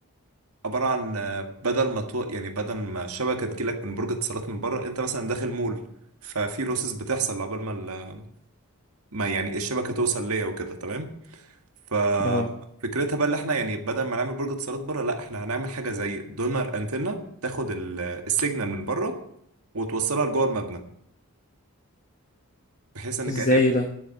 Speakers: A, on the right; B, on the left.
A: عبارة عن آه، بدل ما تو... يعني بدل ما الشبكة تجيلك من برج اتصالات من بره انت مثلا داخل مول ففي لوسز بتحصل عقبال ما ال... ما يعني الشبكة توصل ليا وكده تمام ففكرتها
B: اه
A: بقى اللي احنا يعني بدل ما نعمل برج اتصالات بره لا احنا هنعمل حاجة زي دونر انتنة تاخد ال... السيجنال من بره وتوصلها لجوه المبنى بحيث ان
B: ازاي
A: كأن
B: ده